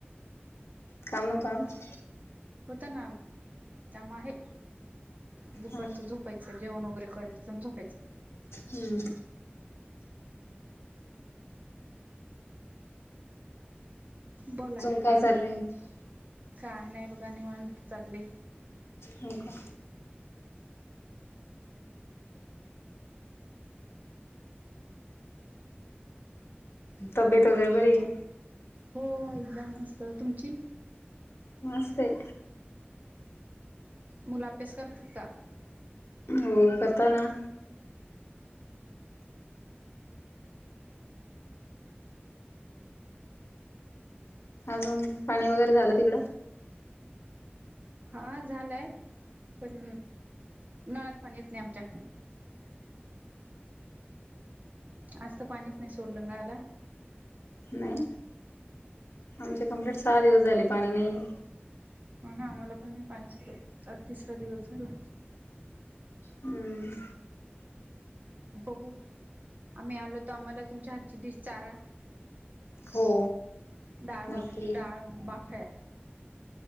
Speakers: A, on the left (about 85°); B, on the right (about 40°).
A: कामच आज
B: होत ना काम आहे दुपारच
A: हां
B: झोप झोपायं जेवण वगैेरे करायचं अन झोपायचं
A: हम्म
B: बोला
A: काय
B: अजून
A: चालू आहे
B: काय नाही बघा निवांत चाललय
A: हो का तब्बेत वगैरे बरी आहे
B: हो एकदम मस्त तुमची
A: मस्त आहे
B: मुल अभ्यास करतात का
A: हो कता ना अजून पाणी वगैरे झालं तिकडं
B: हां झालंय पण नळाला पाणी येत नाही आमच्या आज तर पाणीच नाही सोडलं नळाला
A: नाही आमचे कंप्लीट सहा दिवस झाले पाणी नाही
B: हो ना आम्हाला पण नाही पाणी सोडत आज तिसरा दिवस झाला
A: हम्म.
B: बघू आम्ही आलो तर आम्हाला तुमच्या हातची डिश चारा
A: हो
B: डाळ
A: नक्की
B: बाफ डाळ बाफाळा